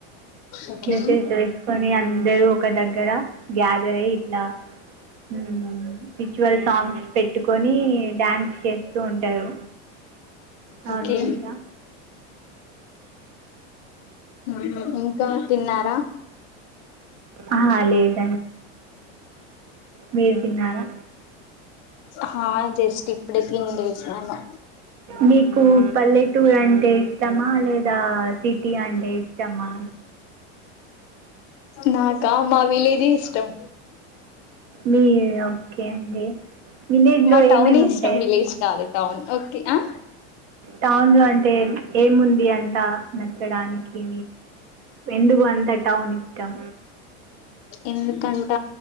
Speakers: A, on the left; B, on the right.
A: ఓకే
B: డ్రెసెస్ వేసుకొని అందరూ ఒక దగ్గర గ్యాదరై ఇట్లా హ్మ్ స్పిరిచువల్ సాంగ్స్ పెట్టుకొని డాన్స్ చేస్తూ ఉంటారు నార్మల్గా
A: ఓకే మ్ ఇంకా తిన్నా రా
B: అ లేేదు మీరు తిన్నారా
A: హా జస్ట్ ఇప్పుడే తిని లేసాను
B: మీకు పల్లెటూరు అంటే ఇష్టమా లేదా సిటీ అంటే ఇష్టమా
A: నాకా మా విలే ఎ ఇష్టం
B: మీ ఓకే అండి విలేజ్లో
A: మా
B: ఏమేమి
A: టౌనే
B: ఉంటాయి
A: ఇష్టం విలేజ్ కాదు టౌన్ ఓకే ఆ
B: టౌన్లో అంటే ఏముంది అంతా నచ్చడానికి ఎందుకు అంతా టౌన్ ఇష్టం
A: ఎందుకంట